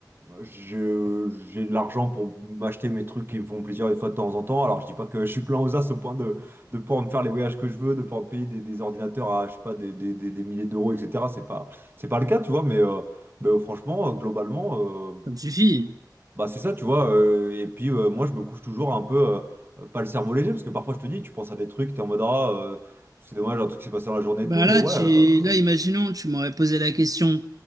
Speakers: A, on the right; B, on the right.
A: je- j'ai de l'argent pour m'acheter mes trucs qui me font plaisir une fois de temps en temps. Alors, je dis pas que je suis plein aux as au point de, de pouvoir me faire les voyages que je veux, de pouvoir me payer des, des ordinateurs à, je sais pas, des, des, des- des milliers d'euros, etc. C'est pas, c'est pas le cas, tu vois, mais. euh, mais, euh, franchement, euh, globalement, euh,
B: Ça me suffit.
A: bah c'est ça, tu vois. euh, et puis euh, moi, je me couche toujours un peu, euh, euh, pas le cerveau léger, parce que parfois je te dis, tu penses à des trucs, t'es en mode, ah, euh, c'est dommage, un truc s'est passé dans la journée et
B: Bah
A: tout, mais
B: là,
A: ouais,
B: tu,
A: euh,
B: là, imaginons, tu m'aurais posé la question